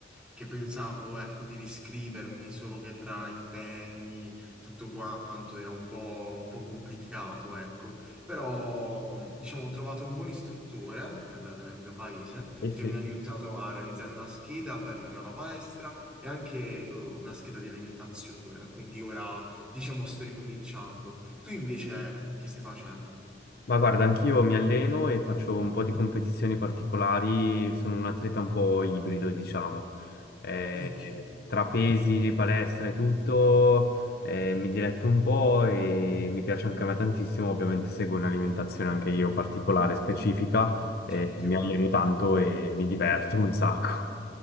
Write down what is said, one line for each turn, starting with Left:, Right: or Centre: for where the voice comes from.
Centre: che pensavo, ecco, di riscrivermi, solo che tra impegni, tutto quanto era un po', un po' complicato, ecco. Però, diciamo, ho trovato un buon istruttore nel, nel mio paese
Left: eh sì.
Centre: che mi ha aiutato a realizzare una scheda per la palestra e anche, eh, una scheda di alimentazione. Quindi ora, diciamo, sto ricominciando. Tu invece che stai facendo?
Left: Ma guarda, anch'io mi alleno e faccio un po' di competizioni particolari, sono un atleta un po' ibrido, diciamo. Eh,
Centre: Ok,
Left: tra pesi, palestra e tutto, eh, mi diletto un po' e mi piace anche a me tantissimo, ovviamente seguo un'alimentazione anche io particolare, specifica, eh,
Centre: certo,
Left: mi
Centre: immagino.
Left: alleno tanto e mi diverto un sacco.